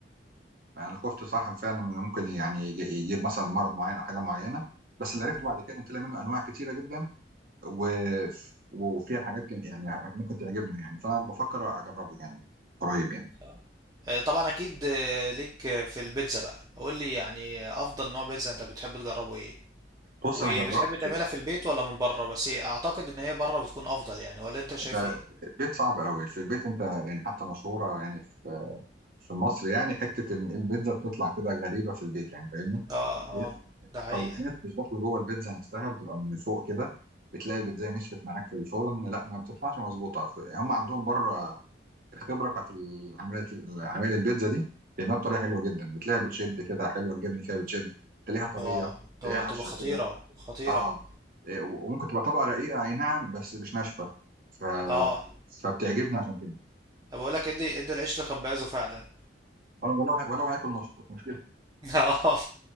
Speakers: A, on the right; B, on the right.
A: انا خفت صاحب فعلا انه ممكن يعني يج- يجيب مثلا مرض معين او حاجه معينه بس اللي عرفته
B: ني
A: بعد كده ان طلع منه انواع كتيره جدا و... وفيها حاجات ك- يعني ممكن تعجبنا يعني فانا بفكر اجربه يعني قريب يعني
B: آه. آه، طبعا اكيد آه، ليك آه، في البيتزا بقى قول لي يعني افضل نوع بيتزا انت بتحب تجربه ايه
A: بص
B: وبتحب
A: انا جربت
B: تعملها في البيت ولا من بره بس إيه، اعتقد ان هي بره بتكون افضل يعني ولا انت شايف
A: ده-
B: ايه
A: البيت صعب قوي في البيت انت يعني حتى مشهوره يعني في في مصر يعني حته ان البيتزا بتطلع كده غريبه في البيت يعني فاهمني
B: اه
A: هي
B: اه ده حقيقة
A: المكونات مش داخله جوه البيتزا نفسها بتبقى من فوق كده بتلاقي البيتزا نشفت معاك في الفرن لا ما بتطلعش مظبوطه ف- هم عندهم بره الخبره بتاعت العمليه عمليه البيتزا دي بيعملها بطريقه حلوه جدا بتلاقيها بتشد كده حلوه الجبن فيها بتشد تلاقيها طريه
B: اه ت-
A: تلاقيها
B: تبقى
A: هشه
B: خطيرة
A: كده
B: خطيرة
A: اه إيه، و- وممكن تبقى طبقه رقيقه اي نعم بس مش ناشفه ف
B: اه
A: فبتعجبني عشان كده
B: بقول لك ادي ادي العيش لخبازه فعلا
A: انا ولو ولو هاكل نص مش مشكله
B: <laughs> اه